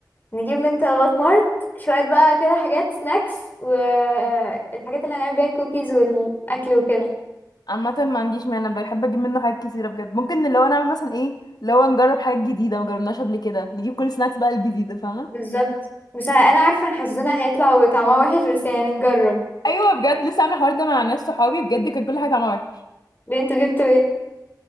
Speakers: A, on the left; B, on the left.
A: نجيب من الوات مارت شوية بقى كده حاجات سناكس والحاجات اللي هنعمل بيها الكوكيز والأكل وكده
B: عامة ما عنديش مانع بحب اجيب منه حاجات كتيرة بجد ممكن اللي هو نعمل مثلا ايه لو نجرب حاجات جديدة ما جربناش قبل كده نجيب كل سناكس بقى الجديدة فاهمة
A: بالظبط بس أنا عارفة إن حظنا هيطلع وطعمها وحش بس يعني نجرب
B: ايوه بجد لسه عامله الحوار ده مع ناس صحابي بجد كان كل حاجه طعمها وحش
A: ليه انتوا جبتوا ايه؟